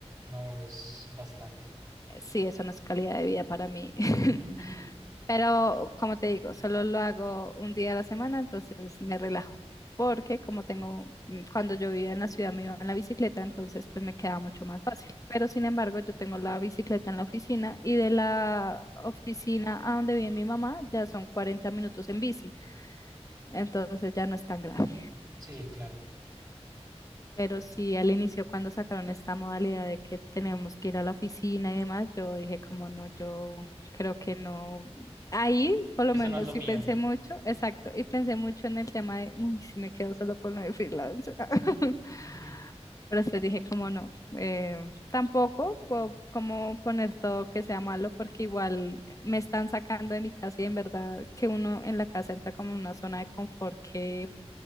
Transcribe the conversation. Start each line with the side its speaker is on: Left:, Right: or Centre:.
Right: No, es bastante.
Left: Sí, eso no es calidad de vida para mí. <laughs>
Right: <laughs>
Left: Pero como te digo, solo lo hago un día a la semana, entonces me relajo. Porque como tengo, mm, cuando yo vivía en la ciudad me iba en la bicicleta, entonces pues me queda mucho más fácil. Pero sin embargo, yo tengo la bicicleta en la oficina y de la oficina a donde vive mi mamá ya son 40 minutos en bici, entonces ya no es tan grave.
Right: Sí, claro.
Left: Pero sí, al inicio cuando sacaron esta modalidad de que tenemos que ir a la oficina y demás, yo dije como no, yo creo que no. Ahí por
Right: Eso
Left: lo menos
Right: no es lo
Left: sí
Right: mío.
Left: pensé mucho, exacto, y pensé mucho en el tema de, uy, si me quedo solo con lo de freelance. <laughs>
Right: <laughs>
Left: Pero después dije como no, eh, tampoco puedo como poner todo que sea malo porque igual me están sacando de mi casa y en verdad que uno en la casa entra como en una zona de confort que